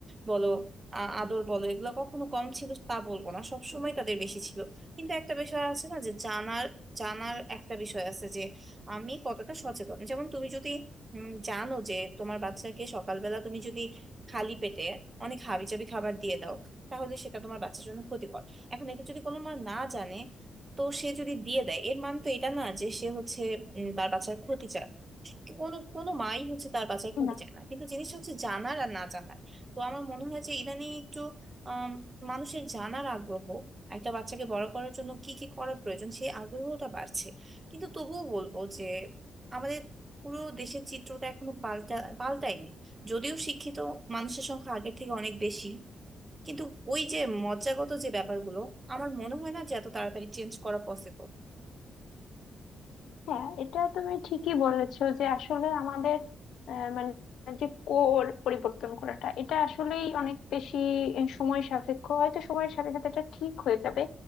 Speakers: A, on the right; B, on the left.
A: বলো আ- আদর বলো এগুলো কখনো কম ছিল তা বলবো না সবসময় তাদের বেশি ছিল কিন্তু একটা বিষয় আছে না যে জানার জানার একটা বিষয় আছে আমি কতটা সচেতন যেমন তুমি যদি উম, জানো যে তোমার বাচ্চাকে সকালবেলা তুমি যদি খালি পেটে অনেক হাবিজাবি খাবার দিয়ে দাও তাহলে সেটা তোমার বাচ্চার জন্য ক্ষতিকর এখন এটা যদি কোনো মা না জানে তো সে যদি দিয়ে দেয় এর মানে তো এটা না যে সে হচ্ছে উম, তার বাচ্চার ক্ষতি চায় কোনো কোনো মাই হচ্ছে তার বাচ্চার ক্ষতি
B: না
A: চায় না কিন্তু জিনিসটা হচ্ছে জানার আর না জানার তো আমার মনে হয় যে ইদানিং একটু আম, মানুষের জানার আগ্রহ একটা বাচ্চাকে বড় করার জন্য কি কি করা প্রয়োজন সেই আগ্রহটা বাড়ছে কিন্তু তবুও বলবো যে আমাদের পুরো দেশের চিত্রটা এখনো পাল্টা পাল্টায়নি যদিও শিক্ষিত মানুষের সংখ্যা আগের থেকে অনেক বেশি কিন্তু ওই যে মজ্জাগত যে ব্যাপারগুলো আমার মনে হয় না যে এত তাড়াতাড়ি চেঞ্জ করা পসিবল
B: হ্যাঁ এটা তুমি ঠিকই বলেছো যে আসলে আমাদের আহ, মানে যে কোর পরিবর্তন করাটা এটা আসলেই অনেক বেশি সময় সাপেক্ষ হয়তো সময়ের সাথে সাথে এটা ঠিক হয়ে যাবে